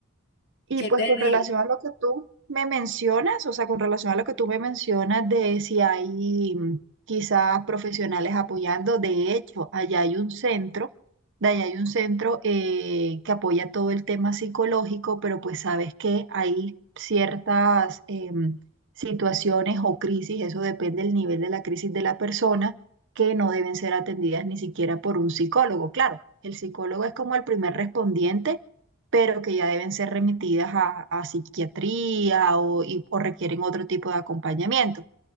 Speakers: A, on the right (about 55°); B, on the left (about 50°).
A: Y
B: ¿qué
A: pues
B: te
A: con
B: digo?
A: relación a lo que tú me mencionas, o sea, con relación a lo que tú me mencionas de si hay mm, quizás profesionales apoyando, de hecho, allá hay un centro, de allá hay un centro eh, que apoya todo el tema psicológico, pero pues sabes que hay ciertas em, situaciones o crisis, eso depende del nivel de la crisis de la persona, que no deben ser atendidas ni siquiera por un psicólogo. Claro, el psicólogo es como el primer respondiente pero que ya deben ser remitidas a, a psiquiatría o, y- o requieren otro tipo de acompañamiento.